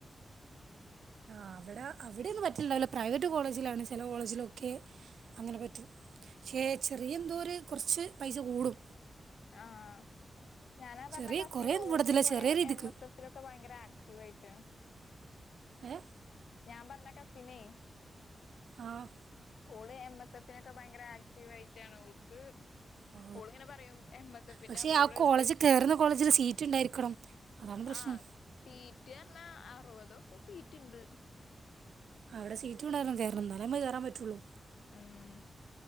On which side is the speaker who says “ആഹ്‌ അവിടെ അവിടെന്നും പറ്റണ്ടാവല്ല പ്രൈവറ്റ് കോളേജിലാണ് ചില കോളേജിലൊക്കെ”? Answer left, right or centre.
Right